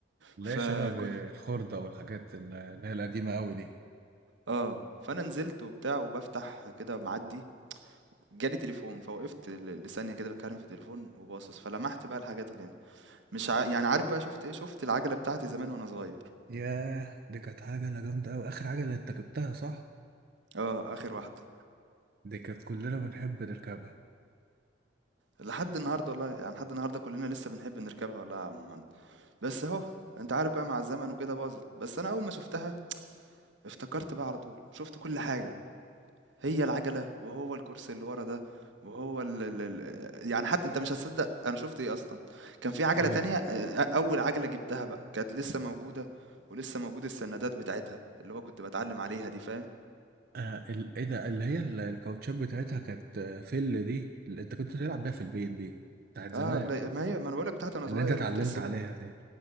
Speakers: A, on the right; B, on the right.
A: لا
B: فكنت
A: شباب الخردة والحاجات ال- اللي هي القديمة قوي دي
B: اه فانا نزلت وبتاع وبفتح كده معدي جالي تليفون فوقفت ل- لثانية كده بتكلم في التليفون وباصص فلمحت بقى الحاجات اللي هنا مش ع... يعني عارف بقى شفت ايه شفت العجلة بتاعتي زمان وانا صغير
A: ياه دي كانت عجلة جامدة قوي اخر عجلة انت جبتها صح
B: اه اخر واحدة
A: دي كانت كلنا بنحب نركبها
B: لحد النهاردة والله يعني لحد النهاردة كلنا لسه بنحب نركبها والله يا عم مهند بس اهو انت عارف بقى مع الزمن وكده باظت بس انا اول ما شفتها افتكرت بقى على طول وشفت كل حاجة هي العجلة وهو الكرسي اللي ورا ده وهو ال ال ال يعني حتى انت مش هتصدق انا شفت ايه اصلا كان في عجلة
A: ايه
B: تانية آه، اول عجلة جبتها بقى كانت لسه موجودة ولسه موجود السندات بتاعتها اللي هو كنت بتعلم عليها دي فاهم
A: آه ال... ايه ده اللي هي ال- الكاوتشات بتاعتها كانت آه، فل دي اللي انت كنت تلعب بيها في البيت دي بتاعت زمان
B: اه لا ما هي ما انا بقولك بتاعتي انا
A: اللي
B: صغير
A: انت اتعلمت
B: كنت لسه
A: عليها دي